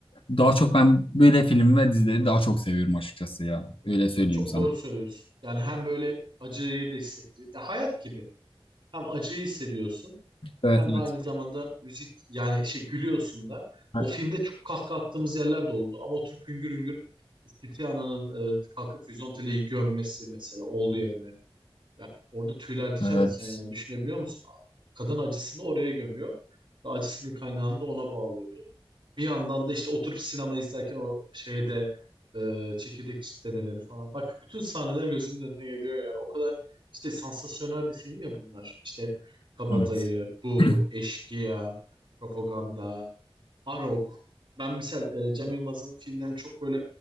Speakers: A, on the left; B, on the right.
A: daha çok ben böyle film ve dizileri daha çok seviyorum açıkçası ya. Öyle söyleyeyim
B: Çok
A: sana.
B: doğru söylüyorsun. Yani hem böyle acıyı da hissettiriyor. Ya hayat gibi. Hem acıyı hissediyorsun.
A: Evet
B: Hem
A: evet.
B: de aynı zamanda müzik yani şey gülüyorsun da.
A: Ha,
B: O filmde çok kahkaha attığımız yerler de oldu ama oturup hüngür hüngür Tiziano'nun e, kalkıp Vizontele'yi gömmesi mesela oğlu yerine. Yani orada tüyler diken
A: Evet
B: diken yani düşünebiliyor musun? Kadın acısını oraya gömüyor ve acısının kaynağını da ona bağlıyordu. Bir yandan da işte oturup sinema izlerken o şeyde e, çekirdek çitlemeleri falan. Bak bütün sahneler gözümün önüne geliyor yani. O kadar işte sansasyonel bir film ya bunlar. İşte Kabadayı,
A: evet.
B: Bu,
A: <clears throat>
B: Eşkıya, Propaganda, Arok. Ben misal e, Cem Yılmaz'ın filmlerini çok böyle